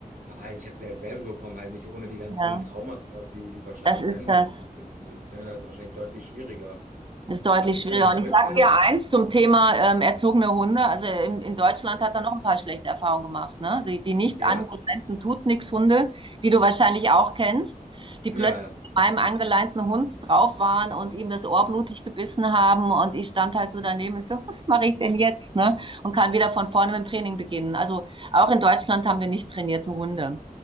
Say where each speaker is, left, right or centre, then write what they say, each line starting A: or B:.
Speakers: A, on the right; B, on the right.
A: weil ich habe sie als Welpe bekommen, halt nicht ohne die ganzen
B: Ja.
A: Traumata, die, die wahrscheinlich
B: Das ist
A: dein Hund
B: das.
A: gegangen ist. Ne? Da ist es wahrscheinlich deutlich schwieriger.
B: Ist deutlich
A: Aber ist
B: schwieriger.
A: dann dein
B: Und
A: Hund
B: ich sage
A: genommen?
B: dir eins zum Thema ähm, erzogene Hunde. Also in, in Deutschland hat er noch ein paar schlechte Erfahrungen gemacht, ne? Die, die nicht
A: Ja?
B: angeleinten tut nix Hunde, die du wahrscheinlich auch kennst, die
A: Ja,
B: plötzlich
A: ja.
B: mit meinem
A: bitte.
B: angeleinten Hund drauf waren und ihm das Ohr blutig gebissen haben und ich stand halt so daneben und so, was mache ich denn jetzt, ne? Und kann wieder von vorne mit dem Training beginnen. Also auch in Deutschland haben wir nicht trainierte Hunde.